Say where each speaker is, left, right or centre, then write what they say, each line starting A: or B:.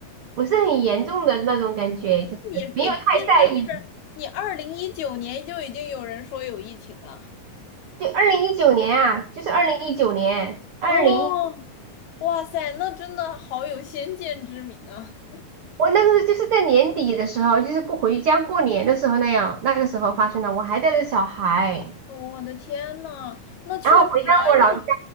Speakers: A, on the right (about 80°); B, on the left (about 75°).
A: 不是很严重的那种感觉，就是没有太在意。
B: 你你的意思是，你二零一九年就已经有人说有疫情了？
A: 就二零一九年啊，就是二零一九年，二零
B: 哦，哇塞，那真的好有先见之明啊！
A: 我那个时候就是在年底的时候，就是过回家过年的时候那样，那个时候发生的。我还带着小孩，
B: 哦我的天呐，那确实啊，
A: 然后回到我老家，
B: 疫